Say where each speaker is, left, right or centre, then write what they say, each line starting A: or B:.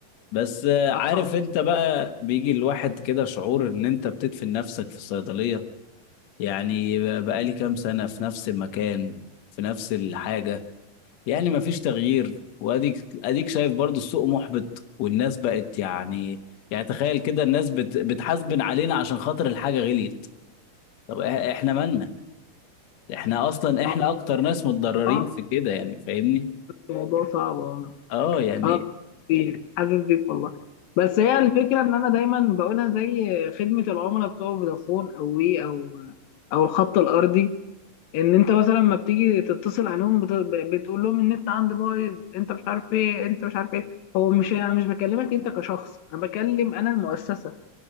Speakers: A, on the left; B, on the left.
A: بس آه، عارف
B: اه
A: انت بقى بيجي الواحد كده شعور ان انت بتدفن نفسك في الصيدلية يعني بقالي كام سنة في نفس المكان في نفس الحاجة يعني مفيش تغيير واديك اديك شايف برضو السوق محبط والناس بقت يعني يعني تخيل كده الناس بت... بتحاسبن علينا عشان خاطر الحاجة غليت طب إح- احنا مالنا احنا اصلا احنا
B: اه
A: اكتر ناس متضررين
B: آه،
A: في كده يعني فاهمني
B: الموضوع صعب اه
A: اه يعني
B: آه، بيك حاسس بيك والله بس هي الفكره ان انا دايما بقولها زي خدمه العملاء بتوع فودافون او وي او او الخط الارضي ان انت مثلا لما بتيجي تتصل عليهم بت- بتقول لهم النت عندي بايظ انت مش عارف ايه انت مش عارف ايه هو مش انا مش بكلمك انت كشخص انا بكلم انا المؤسسه